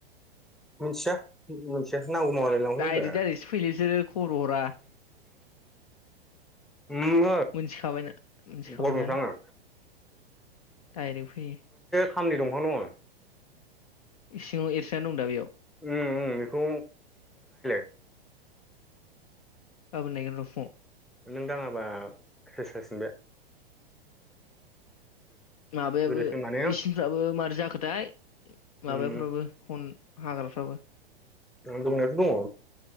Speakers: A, in the centre; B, on the left.
A: मोनथिया नांगौबा मालाय लांफैगोन
B: डाइरेक्ट
A: ब्रा
B: डाइरेक्टसो फैयोलै बिसोरो खबर हरा
A: ओम
B: मोनथिखाबायना मोनथिखाबायना
A: ओम
B: डाइरेक्ट फैयो।
A: खामनि दंफां दङ
B: इसिङाव एरसोननानै दं दा बेयाव।
A: उम उम बेखौ <inaudible>
B: गाबोन नायगोन र फुंआव।
A: नों दाङाबा सेस जासिगोन बे।
B: माबायाबो
A: गोदोसो माने
B: मेचिनफ्राबो मारै जाखोथाय
A: उम
B: माबाफ्राबो हन हाग्राफ्राबो।
A: ओम दंनायाथ' दङ।